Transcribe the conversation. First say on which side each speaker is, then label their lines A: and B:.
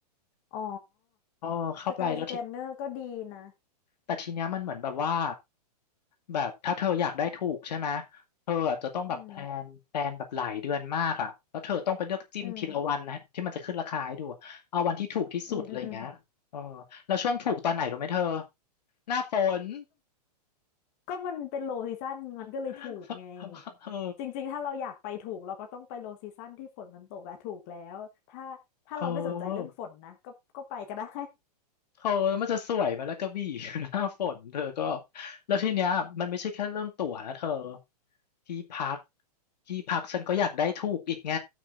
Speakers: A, on the left; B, on the left.
A: อ๋อ
B: เออเข้าไปแล้วที
A: สกายสแกนเนอร์ก็ดีนะ
B: แต่ทีเนี้ยมันเหมือนแบบว่า แบบถ้าเธออยากได้ถูกใช่ไหมเธออะจะต้องแบบแพลนแพลนแบบหลายเดือนมากอ่ะแล้วเธอต้องไปเลือกจิ้มทีละวันนะที่มันจะขึ้นราคาให้ดูอะเอาวันที่ถูกที่สุดเลยอย่างเงี้ยเออแล้วช่วงถูกตอนไหนรู้ไหมเธอ
A: อืม อืม อืม อืม อืม
B: หน้าฝน
A: ก็มันเป็นโลซีซั o นมันก็เลยถูกไง
B: <laughs> เออ
A: จริงๆถ้าเราอยากไปถูกเราก็ต้องไปโลซีซั o นที่ฝนมันตกอะถูกแล้วถ้าถ้าเราไม่สนใจเรื่องฝนนะก็ก็ไปก็ได้
B: เธอเธอมันจะสวยไหมแล้วกระบี่ <laughs> หน้าฝนเธอก็แล้วทีเนี้ยมันไม่ใช่แค่เรื่องตั๋วนะเธอที่พักที่พักฉันก็อยากได้ถูกอีกไง